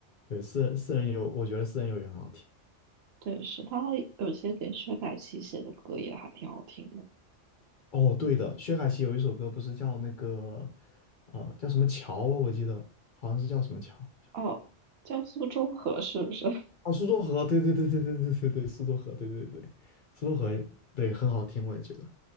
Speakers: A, on the left; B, on the right.
A: 对，私人私人游，我觉得私人游也很好听。
B: 对，是他有些给薛凯琪写的歌也还挺好听的。
A: 哦，对的，薛凯琪有一首歌不是叫那个，呃，叫什么桥啊？我记得好像是叫什么桥，好像
B: 哦，叫苏州河是不是？
A: 哦，苏州河，对对对对对对对对，苏州河，对对对对，苏州河也，对，很好听，我也觉得。